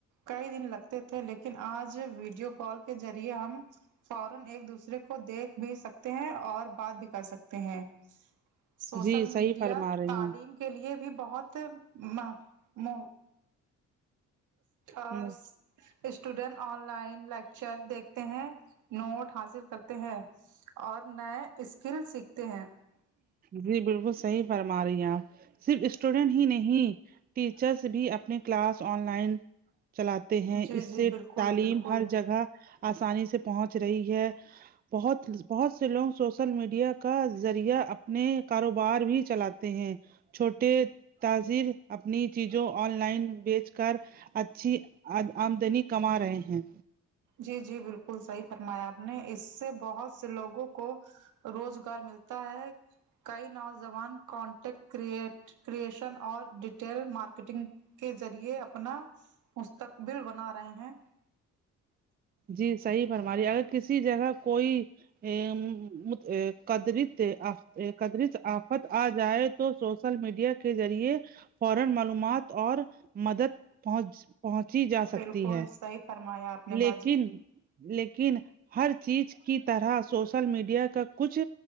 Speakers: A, on the right; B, on the right.
A: کئی دن لگتے تھے لیکن آج ویڈیو کال کے ذریعے ہم فورن ایک دوسرے کو دیکھ بھی سکتے ہیں اور بات بھی کر سکتے ہیں سوسل
B: جی
A: میڈیا
B: صحیح فرما رہی
A: تعلیم
B: ہیں
A: کے لیے بھی بہت ما مو اور
B: ہ
A: اسٹوڈینٹ آن لائن لیکچر دیکھتے ہیں نوٹ حاصل کرتے ہیں اور نئے اسکل سیکھتے ہیں
B: جی بالکل صحیح فرما رہی ہیں آپ صرف اسٹوڈنٹ ہی نہیں ٹیچرس بھی اپنی کلاس آن لائن چلاتے تے ہیں
A: جی
B: اس
A: جی
B: سے
A: بالکل
B: تعلیم
A: بالکل
B: ہر جگہ آسانی سے پہنچ رہی ہے بہت بہت سے لوگ سوشل میڈیا کا ذریعہ اپنے کاروبار بھی چلاتے ہیں چھوٹے تازر اپنی چیزوں آن لائن بیچ کر اچھی آمدنی کما رہے ہیں
A: جی جی بالکل صحیح فرمایا آپ نے اس سے بہت سے لوگوں کو روزگار ملتا ہے کئی نوجوان کانٹیکٹ کریئٹ کریشن اور ڈیٹیل مارکیٹنگ کے ذریعے اپنا مستقبل بنا رہے ہیں
B: جی صحیح فرماری اگر کسی جگہ کوئی ام قدرت قدرت آفت آ جائے تو سوشل میڈیا کے ذریعے فورن معلومات اور مدد پہنچ پہنچی جا سکتی
A: بالکل
B: ہے
A: صحیح فرمایا آپ نے
B: لیک
A: باجی
B: لیکن ہر چیز کی طرح سوشل میڈیا کا کچھ